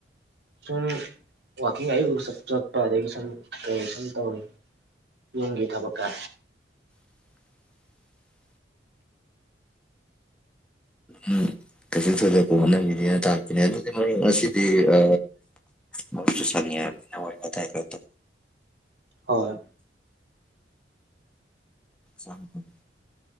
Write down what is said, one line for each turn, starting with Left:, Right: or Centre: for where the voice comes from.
Right: ꯁꯨꯝ ꯋꯥꯛꯀꯤꯡ ꯑꯌꯨꯕꯨ ꯆꯠꯄ ꯑꯗꯒꯤ ꯁꯨꯝ ꯀꯔꯤ ꯁꯨꯝ ꯇꯧꯋꯤ ꯌꯦꯨꯝꯒꯤ ꯊꯕꯛꯀ
Centre: <unintelligible> ꯎꯝ ꯀꯩꯁꯨ ꯊꯣꯏꯗꯣꯛꯄ ꯍꯣꯠꯅꯈꯤꯗꯦꯅ bꯇꯥꯛꯇꯅꯦ ꯑꯗꯨꯗꯤ ꯉꯁꯤꯗꯤ ꯑ ꯃꯁꯨ ꯆ ꯇꯔ
Right: ꯍꯣꯏ
Centre: <unintelligible>